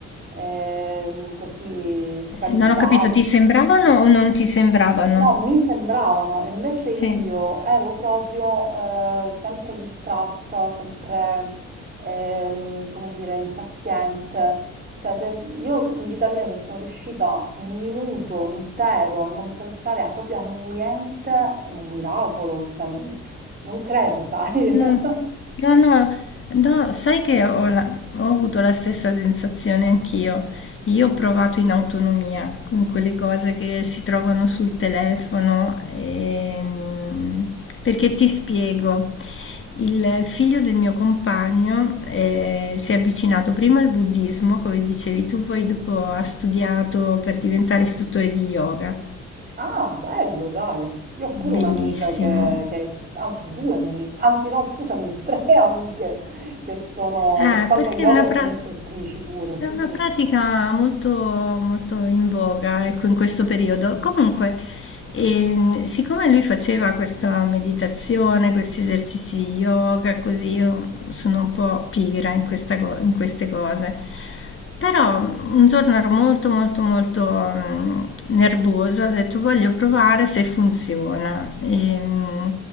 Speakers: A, on the right; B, on the left.
A: ehm, così focalizzati.
B: Non ho capito, ti sembravano o non ti sembravano?
A: No, mi sembravano, e invece
B: Sì.
A: io ero proprio eh, sempre distratta, sempre, ehm, come dire, impaziente. Cioè, se- io in vita mia se sono riuscita un minuto intero a non pensare a- proprio a niente, è un miracolo, cioè, non credo, sai?
B: No,
A: <laughs>
B: no, no, no, sai che ho, la- ho avuto la stessa sensazione anch'io. Io ho provato in autonomia con quelle cose che si trovano sul telefono. ehm, Perché ti spiego, il figlio del mio compagno eh, si è avvicinato prima al buddismo, come dicevi tu, poi dopo ha studiato per diventare istruttore di yoga.
A: Ah, bello, dai. Io ho pure un'amica
B: Bellissimo.
A: che, che è istruttrice, anzi due amiche, anzi no, scusami, <laughs> tre amiche che sono,
B: Eh,
A: che fanno
B: perché
A: yoga
B: è una,
A: e
B: pra-
A: sono istruttrici pure, sì,
B: è una
A: sì.
B: pratica molto, molto in voga, ecco, in questo periodo. Comunque, e siccome lui faceva questa meditazione, questi esercizi di yoga, così io sono un po' pigra in, questa co- in queste cose. Però mm, un giorno ero molto molto molto mm, nervosa, ho detto voglio provare se funziona. E, mm,